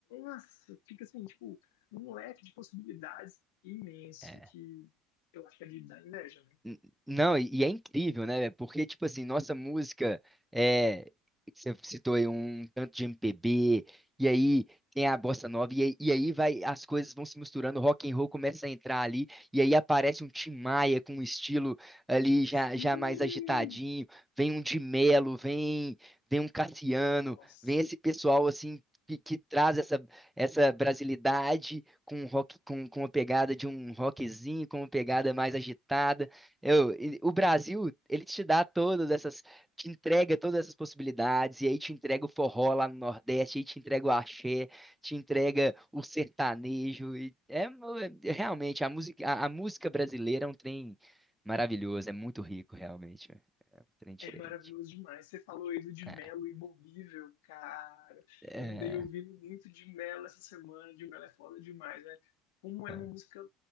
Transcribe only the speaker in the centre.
É.
N- Não, e e é incrível, né? velho? Porque, tipo assim, nossa música é. Você citou aí um tanto de MPB, e aí tem a bossa nova, e aí, e aí vai, as coisas vão se misturando, o rock and roll começa a entrar ali, e aí aparece um Tim Maia com um estilo ali já,
já mais agitadinho, vem um de Melo, vem, vem um Cassiano,
vem esse pessoal assim. Que, que traz essa, essa brasilidade com rock com, com uma pegada de um rockzinho, com uma pegada mais agitada. Eu, e o Brasil, ele te dá todas essas, te entrega todas essas possibilidades, e aí te entrega o forró lá no Nordeste, aí te entrega o axé, te entrega o sertanejo, e é, mo- é- realmente, a música, a, a música brasileira é um trem maravilhoso, é muito rico, realmente, é é um trem diferente.
É,
é,
é,